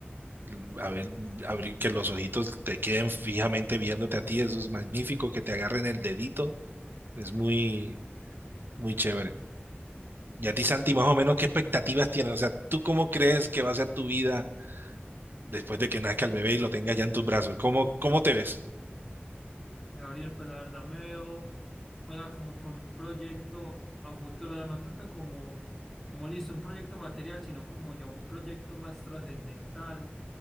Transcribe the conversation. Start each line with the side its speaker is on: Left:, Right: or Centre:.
Right: l- a ver, mm, abrir que los ojitos te queden fijamente viéndote a ti, eso es magnífico, que te agarren el dedito, es muy, muy chévere. Y a ti, Santi, más o menos, ¿qué expectativas tienes? O sea, ¿tú cómo crees que va a ser tu vida después de que nazca el bebé y lo tengas ya en tus brazos? ¿Cómo, cómo te ves?
Centre: Gabriel, pues la verdad me veo, o sea, como con un proyecto a futuro, o sea, no tanto como, como listo, un proyecto material, sino como ya un proyecto más trascendental,